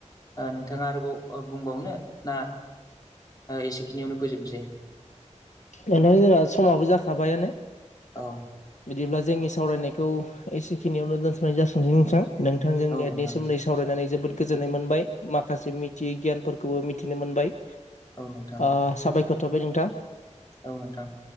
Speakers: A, on the left; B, on the left.
A: नोंथाङा आरोबाव बुंबावनो ना एसे बेखिनियावनो फोजोबनोसै?
B: ओ नोंथां जोंना समाबो जाखाबायानो
A: औ
B: बिदिब्ला जोंनि खौ एसेखिनियावनो दोनथ'नाय जासि गोन दे नोंथां नोंथांजोंनि नेटनि
A: नोंथां
B: सोम्दैावरायनानै जोबोद गोजोननाय मोनबाय माखासे मिथियै गियानफोरखौबो मिथिनो मोनबाय
A: औ नोंथां
B: ओ साबायखर थाबबाय नोंथां।
A: औ नोंथां।